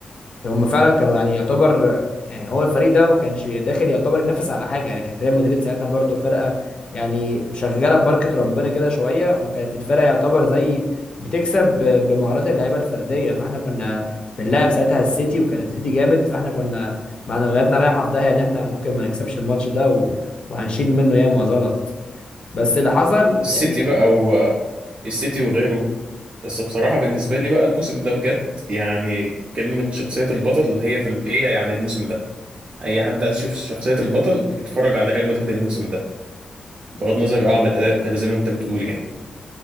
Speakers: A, on the left (about 40°); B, on the right (about 55°).
A: هم فعلا كانوا يعني يعتبر يعني هو الفريق ده ما كانش داخل يعتبر ينافس على حاجه يعني كانت ريال مدريد ساعتها برضو فرقه يعني شغاله ببركه ربنا كده شويه وكانت الفرقه يعتبر زي بتكسب ب- بمهارات اللعيبه الفرديه فاحنا كنا بنلعب ساعتها السيتي وكان السيتي جامد فاحنا كنا معنوياتنا رايحه في داهيه ان احنا ممكن ما نكسبش الماتش ده و... وهنشيل منه ياما غلط بس اللي حصل
B: السيتي
A: يعني
B: بقى و... السيتي وغيره بس بصراحه بالنسبه لي بقى الموسم ده بجد يعني كلمه شخصيه البطل هي في ال... هي يعني الموسم ده اي حد عايز يشوف شخصيه البطل يتفرج على ريال مدريد الموسم ده بغض النظر اه عن الاداء وكده زي ما انت بتقول يعني